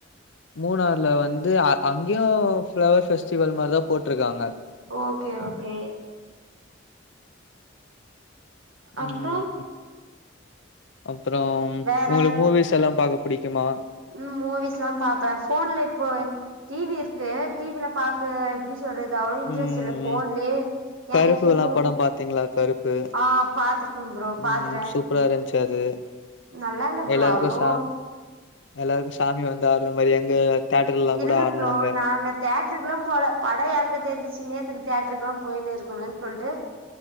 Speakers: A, on the left; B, on the right.
A: மூணார்ல வந்து அ அங்கயு ஃப்ளவர் ஃபெஸ்டிவல் மாரிதா போட்ருக்காங்க
B: ஓகே ஓகே அப்றோ
A: ம் அப்பொறம்
B: வேற
A: உங்களுக் மூவிஸ் எல்லா பாக்க புடிக்குமா
B: ம் மூவிஸ்லா பாப்பே ஃபோன்ல இப்போ டிவி இருக்கு டிவில பாக்க எப்டி சொல்றது அவ்ளோவ் இன்டரெஸ்ட்
A: ம்
B: இல்ல ஃபோன்லயே
A: ம். கருப்பு
B: எறக்கி
A: எல்லா
B: ஃபோன்
A: படம் பாத்தீங்களா கருப்பு
B: ஆ பாத்ருக்கம் ப்ரோ பாத்துட்ட
A: ம் சூப்பரா இருந்துச்சு அது
B: நல்லா இல்ல ப்ரோ
A: எல்லாருக்கு
B: அவ்ளவு
A: சாமி எல்லாருக்கு சாமி வந்து ஆட்ற மாரி எங்க தேட்டர்லல்லா
B: இல்ல
A: கூட ஆடுனாங்க
B: ப்ரோ நாங்க தே ட்ருக்லா போல படொ எறக்க தெரிஞ்சிச்சு நேத்துக்கு தேட்ருக்குல்லா போயினு இருக்கணுன் சொல்ட்டு